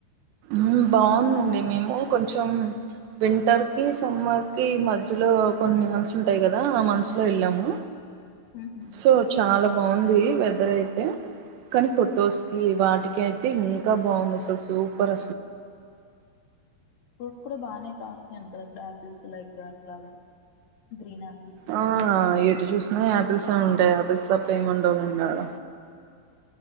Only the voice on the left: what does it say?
ఉహు
ఫ్రూట్స్ కూడా బాగానే కాస్తాయట కద అక్కడ ఆపిల్స్ లైక్ అట్లాగా గ్రీన్ ఆపిల్